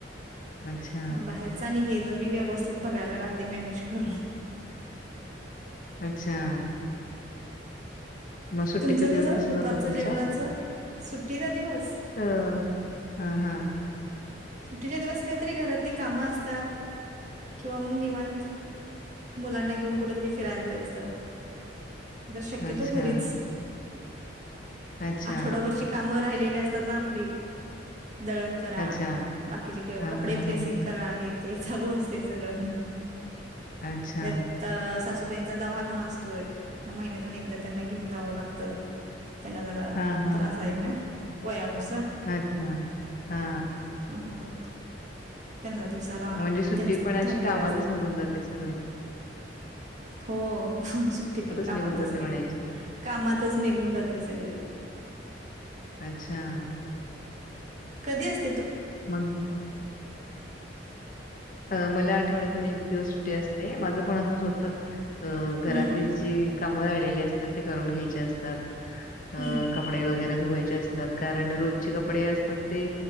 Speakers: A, on the left; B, on the right.
A: अच्छा,
B: मग बाहेरचा निघेत दोन्ही व्यवस्थित बघायला लागते मॅनेज करून
A: अच्छा! ! मग सुट्टीचा
B: तुमचं
A: दिवस
B: कसं
A: कसा
B: दुपारचं
A: जातो तुमचा?
B: जेवणाचं सुट्टीचा दिवस
A: अ हं, हं
B: सुट्टीच्या दिवस काहीतरी घरातली कामं असतात. किंवा मग निवांत मुलांना घेऊन कुठेतरी फिरायला जायचं जर शक्यतो
A: अच्छा,
B: घरीच
A: अच्छा,
B: आठवड्या भरची काम राहिलेली असतात ना आपली.. दळण करा,
A: अच्छा.
B: बाकीचे का
A: हां,
B: कपडे
A: हां,
B: प्रेसिंग
A: हां.
B: करा हे ते चालू असते सगळं,
A: अच्छा.
B: त्यात सासू सासुबाईंचा दवाखाना असतय या महिन्या एकदा त्यांना घेऊन जाव लागत. त्यांना जरा
A: हां, हां,
B: त्रास
A: हां.
B: आहे ना वयानुसार
A: अच्छा हा!
B: हा, हा, मग पंधरा दिवसाला
A: म्हणजे सुट्टीपण
B: त्यांचं
A: अशी
B: ठरलेलं
A: कामातच
B: असते
A: निघून जाते सगळे..
B: हो सुट्टी पण कामातच
A: निघून जाते
B: निघ
A: म्हणायची.
B: कामातच निघून जाते सगळी.
A: अच्छा!
B: कधी अस
A: मंग अ म आठवड्यातून एक दिवस सुटे असते. माझं पण असंच होत घरातली
B: हम्म
A: जी काम राहिलेले असतात. ते करून घ्यायचे असतात. अ
B: हम्म
A: कपडे, वगैरे धुवायचे असतात. कारण रोजचे कपडे असतात. ते